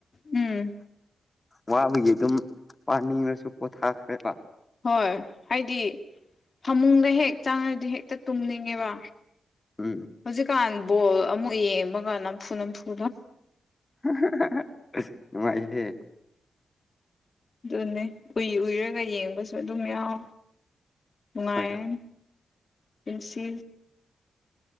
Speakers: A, on the left; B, on the left.
A: ꯎꯝ
B: ꯋꯥꯕꯒꯤ ꯑꯗꯨꯝ ꯄꯥꯅꯤꯡꯉꯁꯨ ꯄꯣꯊꯥꯈ꯭ꯔꯦꯕ
A: ꯍꯣꯏ ꯍꯥꯏꯗꯤ ꯐꯃꯨꯡꯗ ꯍꯦꯛ ꯆꯥꯡꯉꯗꯤ ꯍꯦꯛꯇ ꯇꯨꯝꯅꯤꯡꯉꯦꯕ
B: ꯎꯝ
A: ꯍꯧꯖꯤꯛꯀꯥꯟ ꯕꯣꯜ ꯑꯃꯨꯛ ꯌꯦꯡꯕꯒ ꯅꯝꯐꯨ ꯅꯝꯐꯨ
B: <unintelligible> ꯉꯥꯏꯍꯦ
A: ꯑꯗꯨꯅꯦ ꯎꯏ ꯎꯏꯔꯒ ꯌꯦꯡꯕꯁꯨ ꯑꯗꯨꯝ ꯌꯥꯎ ꯅꯨꯡꯉꯥꯏꯔꯅꯤ
B: ꯍꯣꯏ
A: ꯏꯟꯁꯤ